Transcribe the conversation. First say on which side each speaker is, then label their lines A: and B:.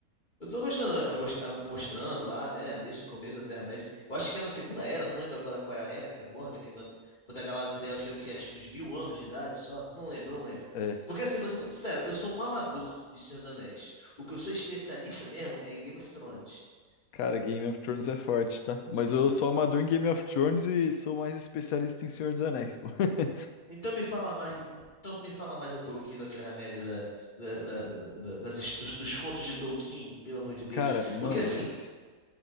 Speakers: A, on the left (about 30°); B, on the left (about 75°).
A: Eu tô gostando, ah, mos- ah, mostrando lá, né, desde o começo da Terra-média. Eu acho que é na Segunda Era, não lembro agora qual é a era que aborda, que é quando quando a Galadriel tem o quê? Acho que uns mil anos de idade só. Não lembro, não lembro.
B: É.
A: Porque assim, vou ser muito sério, eu sou um amador de Senhor dos Anéis. O que eu sou especialista mesmo é em Game of Thrones.
B: Cara, Game of Thrones é forte, tá? Mas eu sou amador em Game of Thrones e sou mais especialista em Senhor dos Anéis, pô. <laughs>
A: Então me fala mais, então me fala mais um pouquinho da Terra-média, da, da- da- da- da- das his- dos, dos contos de Tolkien, pelo amor de Deus.
B: Cara, mano,
A: Porque assim,
B: esse.